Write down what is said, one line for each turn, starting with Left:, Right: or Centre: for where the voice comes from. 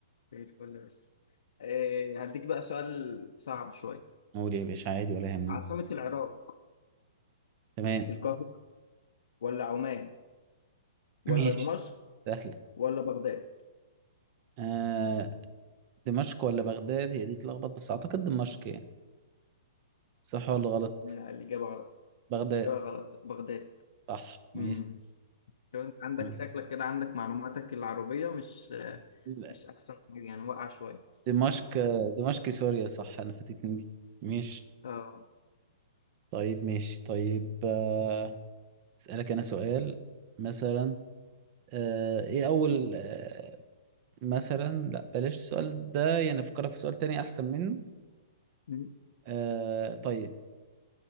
Left: زي الفل بس آه، هديك بقى سؤال صعب شوية
Right: قول يا باشا عادي ولا يهمنا
Left: عاصمة العراق
Right: تمام
Left: القاهرة ولا عمان ولا
Right: <clears throat> ماشي
Left: دمشق
Right: سهلة
Left: ولا بغداد
Right: آه دمشق ولا بغداد هي دي تلخبط بس أعتقد دمشق يعني صح ولا غلط
Left: لا الإجابة غلط
Right: بغداد
Left: الإجابة غلط بغداد
Right: صح
Left: مم.
Right: ماشي
Left: شوف انت عندك
Right: ماشي.
Left: شكلك كده عندك معلوماتك العربية مش
Right: لا،
Left: مش أحسن حاجة يعني واقعة شوية
Right: دمشق دمشق سوريا صح أنا فاتتني دي ماشي
Left: آه.
Right: طيب ماشي طيب آه أسألك أنا سؤال مثلا آه إيه أول آه مثلا لا بلاش السؤال ده يعني افكرك في سؤال تاني احسن منه
Left: مم.
Right: آه طيب